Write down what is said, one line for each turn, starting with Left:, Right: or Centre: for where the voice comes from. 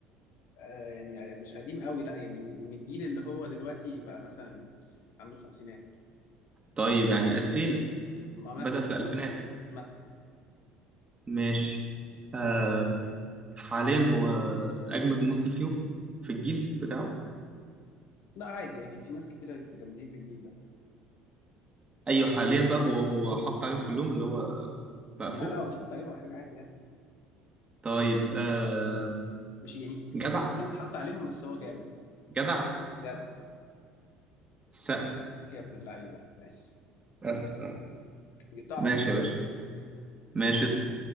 Left: آه يعني مش قديم قوي لا يعني من من الجيل اللي هو دلوقتي بقى مثلا عنده خمسينات
Right: طيب يعني 2000
Left: ما مثلا
Right: بدأ في الألفينات
Left: مثلا
Right: ماشي آه حاليا هو أجمد ممثل فيهم في الجيل بتاعه
Left: لا عادي يعني في ناس كتيرة في جامدين في الجيل ده
Right: ايوه حاليا بقى هو هو حط عليهم كلهم اللي هو بقى
Left: لا
Right: فوق
Left: لا مش حاطط عليهم ولا حاجة عادي يعني
Right: طيب آه
Left: مش يعني
Right: جدع
Left: غير اتحط عليهم بس هو جامد
Right: جدع
Left: جدع إيه
Right: السقا
Left: يا ابن اللعيبة ماشي
Right: بس
Left: جبتها
Right: ماشي
Left: على طول
Right: يا باشا ماشي اسم